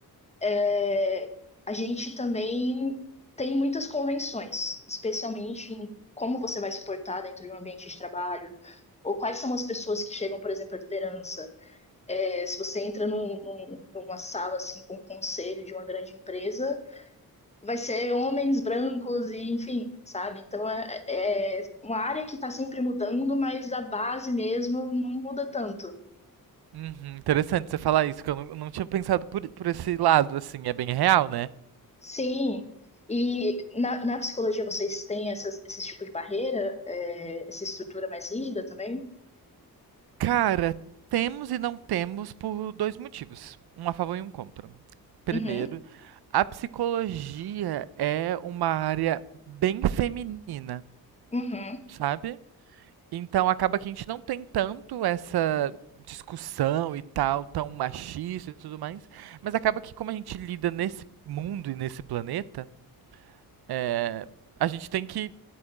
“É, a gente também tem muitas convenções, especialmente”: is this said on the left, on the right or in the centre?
Left